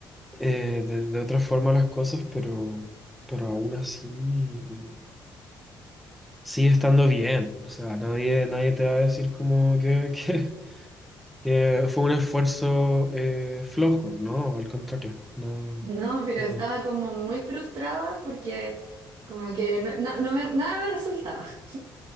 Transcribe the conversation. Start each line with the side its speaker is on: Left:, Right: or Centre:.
Centre: eh, de, de otra forma las cosas, pero, pero aún así eh, sigue estando bien. O sea, nadie, nadie te va a decir como que, <laughs> que, que fue un esfuerzo eh, flojo, ¿no? Al contrario, no,
Right: no, pero
Centre: no.
Right: estaba como muy frustrada porque como que no, no- no me- nada me resultaba. <laughs>